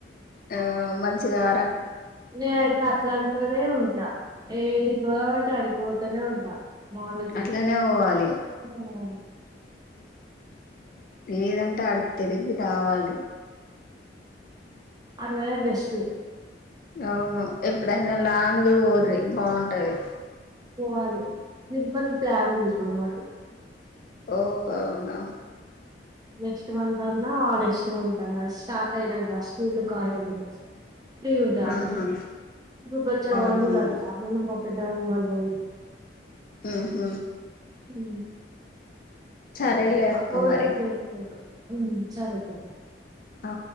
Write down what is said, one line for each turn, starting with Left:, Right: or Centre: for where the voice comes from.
Left: ఆ మంచిగా ఆర
Right: నేన అయితే అట్లమ్ తోనే ఉంటా ఏడికో అంట అడికిపోతనే ఉంటా. మాలుతికి
Left: అట్లనే పోవాలి
Right: ఉహు
Left: లేదంటే అడికి తిరిగి రావాలి
Right: అలానే వెస్ట్లు
Left: అవును ఎప్పుడైనా లాంగ్ ఓరి బావుంటది.
Right: పోవాలి తిరుపతి ప్లాన్ ఉంది ఇప్పుడు మాకు
Left: ఓ అవునా
Right: నెక్స్ట్ మంత్ అన్నా ఆ నెక్స్ట్ మంత్ అన్న స్టార్ట్ అయినాక స్కూల్లు, కాలేజీలు ఫ్రీ ఉంటా అప్పుడు
Left: ఆహా
Right: ఇ బచ్చ
Left: అవునవును
Right: వందూరు అంతా ఉన్న పెద్దవాళ్ళు వాళ ఓయిరి
Left: ఆహా
Right: ఈ
Left: సరేలే అక్క
Right: అ కూవచ్చింది
Left: మరి
Right: మీకు ఉమ్ సరే లే
Left: ఆ